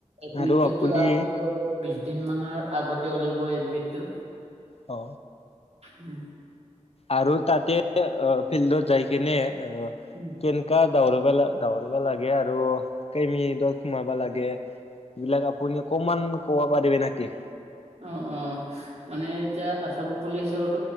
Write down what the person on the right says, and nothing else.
এডমিটতো
আগতে ওলব বিশ দিন মানৰ আগতে উলিব এডমিটটো
উম
উম
অ অ মানে এতিয়া আছাম পুলিচো